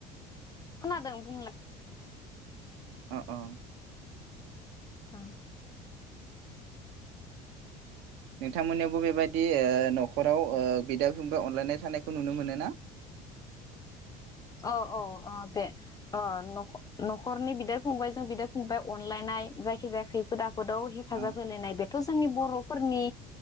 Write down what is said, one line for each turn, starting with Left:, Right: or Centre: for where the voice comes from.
Left: खोनादोंं बुंलाय?
Right: अ अ।
Left: ओं
Right: नोंथांमोननियावबो बेबाय बिदि ओ नखराव ओ बिदा फंबाय अनलायनाय थानायखौ नुनो मोनोना?
Left: अ अ अ दे अ नख न खरनि बिदा फंबायजों बिदा फंबाय अनलायनाय जायखि जाया खैफोद आ फोदाव हेफाजाब
Right: औ
Left: होलायनाय बेथ' जोंनि बर'फोरनि